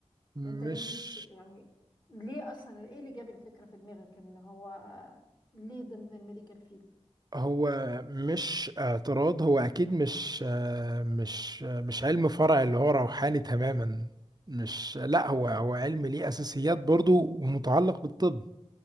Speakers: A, on the right; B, on the left.
A: مش
B: انت ليه مش يعني ليه اصلا ايه اللي جاب الفكرة في دماغك ان هو ليه ضمن الميديكال فيلد
A: هو مش اعتراض هو اكيد مش آه، مش آه، مش علم فرع اللي هو روحاني تماما مش لا هو هو علم ليه اساسيات برضو ومتعلق بالطب